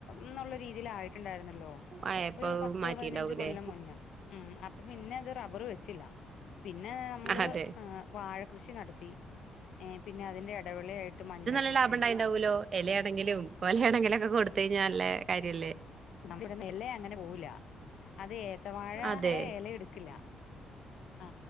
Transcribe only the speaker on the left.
എന്നുള്ള രീതിയിൽ ആയിട്ടുണ്ടായിരുന്നല്ലോ
ഒരു പത്ത്
പതിനഞ്ച് കൊല്ലം മുന്നേ ഉ അപ്പൊ പിന്നെത് റബ്ബർ വെച്ചില്ല പിന്നെ നമ്മൾ
വാഴകൃഷി നടത്തി പിന്നെ അതിന്റെ ഇടവിളായിട്ട് മഞ്ഞൾ
കൃഷി
കൂർ
ഉംനമ്മിടന്ന് ഇലയങ്ങന പോവൂല അതേ ഏത്തവാഴ
ഏ എലയെടുക്കില്ല അ